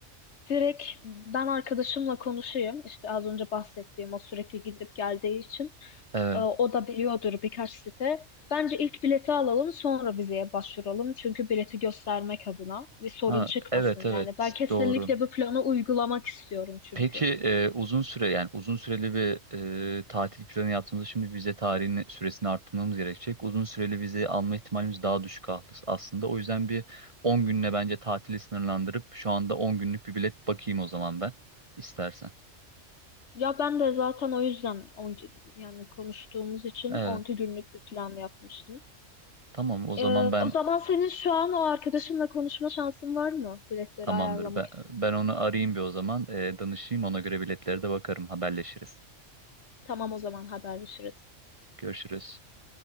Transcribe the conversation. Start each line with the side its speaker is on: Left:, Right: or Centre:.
Left: direkt ben arkadaşımla konuşayım. İşte az önce bahsettiğim o sürekli gidip geldiği için
Right: Evet.
Left: e, o da biliyordur birkaç site. Bence ilk bileti alalım sonra vizeye başvuralım. Çünkü bileti göstermek adına bir sorun
Right: Ha,
Left: çıkmasın.
Right: evet evet
Left: Yani ben kesinlikle
Right: doğru.
Left: bu planı uygulamak istiyorum çünkü.
Right: Peki e, uzun süre yani uzun süreli bir e, tatil planı yaptığımızda şimdi vize tarihini süresini arttırmamız gerekecek. Uzun süreli vize alma ihtimalimiz daha düşük as- aslında. O yüzden bir 10 günle bence tatili sınırlandırıp şu anda 10 günlük bir bilet bakayım o zaman ben istersen.
Left: Ya ben de zaten o yüzden on, yani konuştuğumuz için
Right: Evet
Left: on iki günlük bir plan yapmıştım.
Right: tamam o zaman
Left: Ee,
Right: ben
Left: o zaman senin şu an o arkadaşınla konuşma şansın var mı biletleri
Right: tamamdır.
Left: ayarlamak
Right: Ben,
Left: için?
Right: ben onu arayayım bir o zaman e, danışayım ona göre biletlere de bakarım haberleşiriz.
Left: Tamam o zaman haberleşiriz.
Right: Görüşürüz.